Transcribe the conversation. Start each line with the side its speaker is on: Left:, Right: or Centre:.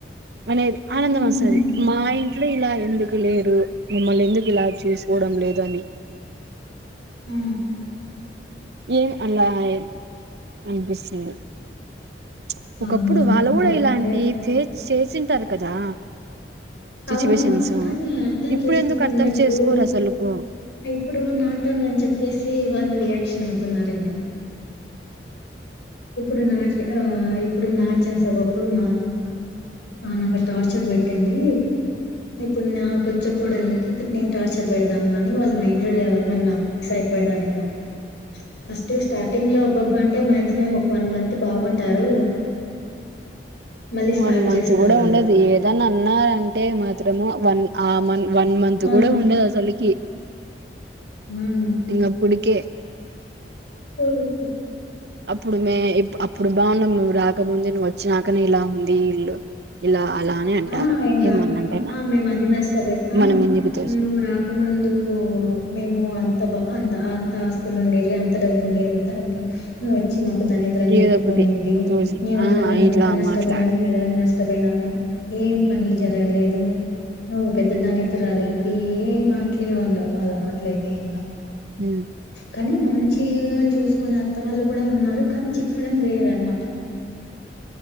Right: అనేది ఆనందం
Left: హ్మ్.
Right: వస్సాది,
Left: హ్మ్.
Right: మా ఇ ట్లు ఇలా ఎందుకు లేరు, మమ్మల్ని ఎందుకిలా చేసుకోవడం లేదని
Left: హు
Right: ఏం అన్నాయ్ ఇనిపిస్సుంది. చ్
Left: అవును.
Right: ఒకప్పుడు
Left: అదేమో
Right: వాళ్ళ కూడా
Left: కరెక్టే.
Right: ఇలాంటి ఫే చేసింటారు కదా సిచ్యువేషన్స్
Left: అవును కానీ అర్థం
Right: ఇప్పుడు
Left: చేసుకోకుండా
Right: ఎందుకు అర్థం
Left: ఇప్పుడు,
Right: చేసుకోరు అసలుకు
Left: ఇప్పుడు నాటన్ అని చెప్పేసి వాళ్ళు రియాక్షన్ న్నారేమో ఇప్పుడు నాచి ఆ ఇప్పుడు నా చాన్స్ ఒకప్పుడు మా ఆ నాకు టార్చర్ పెట్టింది. ఇప్పుడు నాకు వచ్చే కోడల్ నికి నేను టార్చర్ పెడదాము. అని వాళ్ళ మైండ్ లోమ నా ఫిక్స్ అయిపోయినారేమో ఫస్ట్ స్టాటింగ్ లో అబ్బా అంటే మ్యాగ్జిమం వన్ మంత్ బాగుంటారు మళ్ళీ స్టార్ట్
Right: వన్ మంత్
Left: చేస్తారు
Right: కూడా
Left: వాళ్ళు.
Right: ఉండదు ఏదనా అన్న అంటే మాత్రము వన్ ఆ మన్ వన్ మంత్
Left: ఆ!
Right: కూడా ఉండదు అసలుకి
Left: ఉమ్
Right: ఇంగా అప్పుడికే
Left: హుమ్
Right: అప్పుడుమే అప్పుడు బాం నువ్వు రాకముందే నువ్వు వచ్చినాకనే ఇలా ఉంది ఇల్లు ఇలా అలా అని అంటారు
Left: ఆ ఇంగా
Right: ఏమన్నంటేనా
Left: ఆ మేము అదినష్ట పోయి ఆ
Right: మనం ఎందుకు తోసిన
Left: నూ రాక ముందు మేము అంత బాగా అంత అంత ఆస్తి అంత ఉండేవి అంత డబ్బుండేది ఇంత డబ్బున్న నువ్వు వచ్చి మాకు దరిద్రం చుట్టుకొనింది
Right: ఏదో ఒకటి తోసి
Left: నీ వల్ల
Right: ఆ
Left: మేమంత
Right: ఇట్లా
Left: నష్టపోయినాం
Right: మాట్లాడ
Left: న ఏద నష్ట తప్పైనాము ఏం పనులు జరగలేదు నువ్వు పెద్ద దాన్నిదురాలి ఇది మాటలే వాళ్ళు వాళ్ళ మాటలు ఇంగా
Right: అ
Left: కానీ మంచిగా చూసుకుని అత్త వాళ్ళు కూడా ఉన్నారు కానీ చిక్కడం లేదు అనమాట